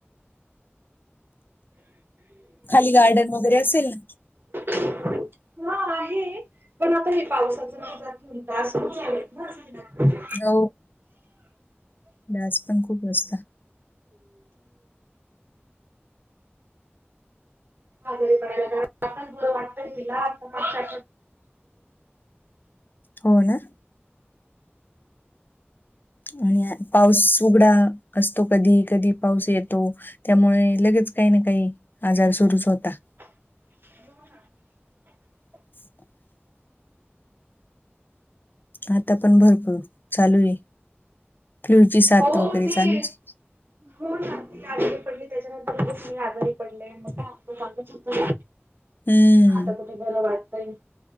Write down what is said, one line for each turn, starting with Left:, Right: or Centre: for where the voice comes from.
Left: खाली गार्डन वगैरें असेल नां
Right: मंग हो आहे पणं आंता हे पावसांच्या मजांडा असं चालेत नां झं
Left: हो डांस पणं खूंप असतांत
Right: आजारी पडायला आताचं बरं वाटतंय तिला आंता
Left: हो नां आणि पाऊस उघडां असतो कधीं कधीं पाऊस येतो. त्यामुळें लगेच कांहीं नां कांहीं आजांर सुरूंच होतात
Right: हो <unintelligible>
Left: <unintelligible> आंता पणं भरंपूर चालूं आहे फ्लूची साथ
Right: हो
Left: वगैरें
Right: ती
Left: चालूंच आहे
Right: हो नां ती आजारी पडली त्यांच्यानंतर मी आजारी पडली गं होतं
Left: हम्म
Right: आंता कुंठे मलां बरं वाटतंय